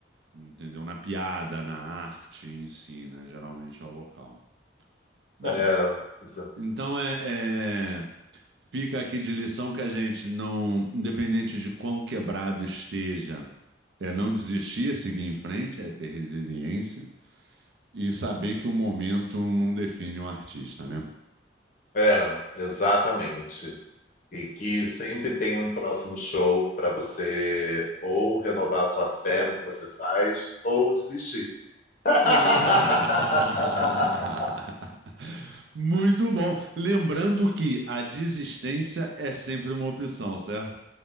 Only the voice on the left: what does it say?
É, exa-
é, exatamente. E que sempre tem um próximo show para você ou renovar sua fé no que você faz ou desistir. <laughs>